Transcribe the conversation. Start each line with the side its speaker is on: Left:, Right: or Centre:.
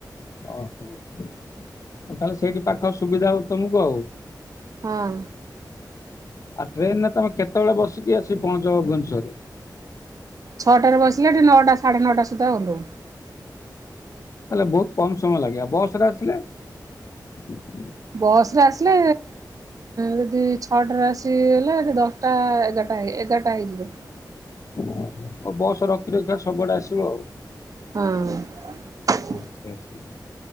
Left: ଓହୋ ଉ ତାହେଲେ ସେଇଠି ପାଖ ସୁବିଧା ହଉ ତମକୁ ଆଉ
Right: ହଁ
Left: ଆଉ ଟ୍ରେନ୍ ରେ ତମେ କେତେବେଳେ ବସିକି ଆସିିକି ପହଞ୍ଚ ଭୁବନେଶ୍ଵରରେ?
Right: ଛଅଟାରେ ବସିଲେ ଏଠି ନଅଟା ସାଢେ ନଅଟା ସୁଦ୍ଧା ଓଲ୍ହୋଉ।
Left: ତାହଲେ ବହୁତ୍ କମ ସମୟ ଲାଗେ ବସ୍ ରେ ଆସିଲେ। <inaudible>
Right: ବସ୍ ରେ ଆସିଲେ ଯଦି ଛଅଟାରେ ଆସିଲେ ଦଶ୍ ଟା ଏଗାର୍ ଟା ହେଇ ଏଗାର୍ ଟା ହେଇଯିବ।
Left: ଆଉ ବସ ରଖି ରଖିକା ସବୁଆଡେ ଆସିବ ଆଉ
Right: ହଁ
Left: ଆଚ୍ଛା